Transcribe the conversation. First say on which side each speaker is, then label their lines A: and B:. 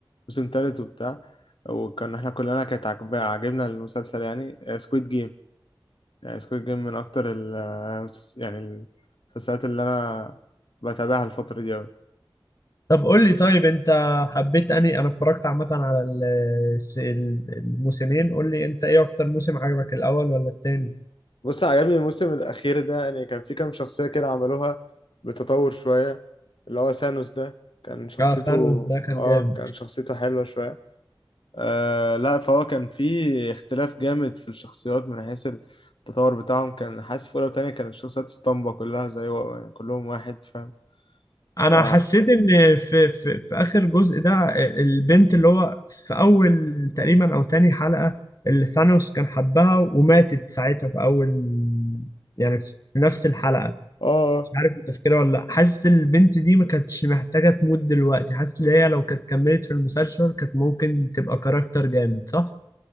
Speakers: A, on the left; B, on the left.
A: موسم تالت وبتاع وكان احنا كلنا كانت عاجب- عاجبنا المسلسل يعني سكويد جيم يعني سكويد جيم من اكتر ال آه، المسلس- يعني المسلسلات اللي انا بتابعها الفترة دي أوي.
B: طب قول لي طيب انت حبيت اني انا اتفرجت عامه على ال- الس- ال- الموسمين قول لي انت ايه اكتر موسم عجبك الاول ولا التاني
A: بص عجبني الموسم الأخير ده يعني كان في كام شخصية كده عملوها بتطور شوية اللي هو سانوس ده كان شخصيته
B: اه ثانوس ده كان
A: اه
B: جامد
A: كان شخصيته حلوة شوية آه لا فهو كان في اختلاف جامد في الشخصيات من حيث التطور بتاعهم كان حاسس في أولى وتانية كانت الشخصيات اسطمبة كلها زي و... يعني كلهم واحد فاهم
B: انا
A: ف
B: حسيت ان في في في اخر جزء ده البنت اللي هو في اول تقريبا او تاني حلقة اللي ثانوس كان حبها وماتت ساعتها في اول يعني في نفس الحلقة
A: اه
B: مش عارف انت فاكرها ولا لا حاسس البنت دي ما كانتش محتاجة تموت دلوقتي حاسس ان هي لو كانت كملت في المسلسل كانت ممكن تبقى كاركتر جامد صح؟